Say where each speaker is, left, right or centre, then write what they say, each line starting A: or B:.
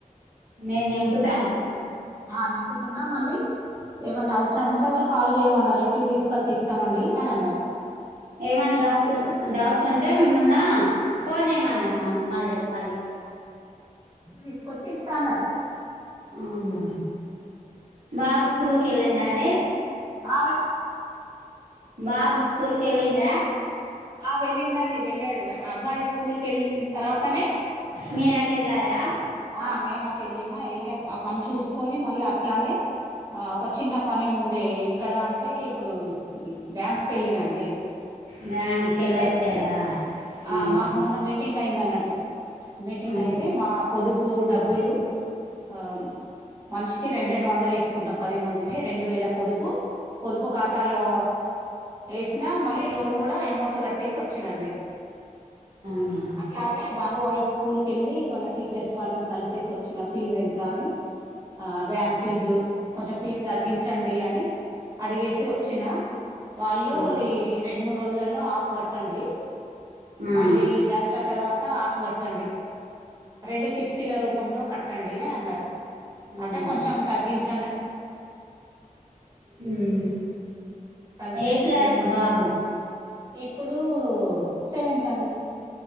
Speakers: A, on the right (about 75°); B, on the right (about 25°).
A: మీరు నింపుతనుళ్లు
B: ఆ నింపుతుంద మళ్ళీ ఏమన్నా అవసరం ఉంటే వాళ్ళు కాల్ చేయమన్నారు ఇంటికి తీసుకొచ్చి ఇస్తమండి అని అన్నారు
A: ఏమైన్నా డౌట్ డౌట్స్ ఉంటే మిమ్మల్న ఫోన్ చేయమన్నారు మా మళ్ళీ వాళ్ళు
B: తీసుకొచ్చి ఇస్తాన్నారు
A: అవునా బాబు స్కూల్కెళ్ళిందండి
B: అ మే
A: బాబు స్కూల్కెళ్ళిండా
B: ఆ వెళ్ళిండండి వెళ్ళాడు అబ్బాయి స్కూల్కెళ్ళిన్ తర్వాతనే
A: మీరు అటు వెళ్ళారా
B: ఆ నేనటు ఎళ్ళిన ఎళ్ళి అ ఆ పని చూసుకొని మళ్ళీ అట్లానే ఆ ఒక చిన్న పని ఉండే ఎక్కడ అంటే ఇప్పుడు బ్యాంక్ కి వెళ్ళినండి
A: బ్యాంకెళ్ళొచ్చారా
B: వెళ్ళేసి
A: మ్మ్
B: ఆ మాకు మొన్న మీటింగ్ అయింది అన్నట్టు మీటింగ్
A: అవును,
B: అయితే మా పొదుపు డబ్బులు ఆ మనిషికి రెండు రెండు వందలు వేసుకుంటాం పది మందిమి రెండు వేల పొదుపు పొదుపు ఖాతాలో ఎసిన మళ్ళీ లోన్ కూడా అమౌంట్ కట్టేసి ఒచ్చినండి
A: అవునా
B: అట్లాగే బాబు వాళ్ళ స్కూల్ కెళ్ళి వాళ్ళ టీచర్స్ వాళ్ళని కలిసేసి వచ్చిసి ఫీజ్ ఎంత అని ఆ వ్యాన్ ఫీజు కొంచెం ఫీజు తగ్గించండి అని అడిగేసి ఒచ్చినా వాళ్ళు
A: ఉమ్,
B: ఈ రెండు మూడు రోజులలో ఆఫ్ కట్టండి
A: ఆ,
B: మళ్ళీ ఈ దాస్ సరా తర్వాత ఆఫ్ కట్టండి రెండు కిస్తీల రూపంలో కట్టండి అని అన్నారు
A: అవునా
B: అంటే కొంచెం తగ్గించన్న
A: మ్మ్
B: తగ్గి
A: ఏ క్లాస్
B: ఇక మళ్ళీ
A: బాబు
B: ఇప్పుడు సెవెన్త్ అండి